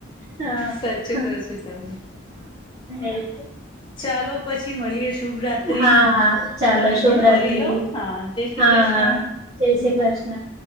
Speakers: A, on the right; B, on the left.
A: હા
B: સાચું
A: હા
B: કહો છો તમે
A: એજ
B: ચાલો પછી મળીએ શુભ રાત્રિ
A: હા હા
B: તમે
A: ચાલો શુભરાત્રી
B: પણ ફરી લો હા જય શ્રી
A: હા
B: કૃષ્ણ
A: હા જય શ્રી કૃષ્ણ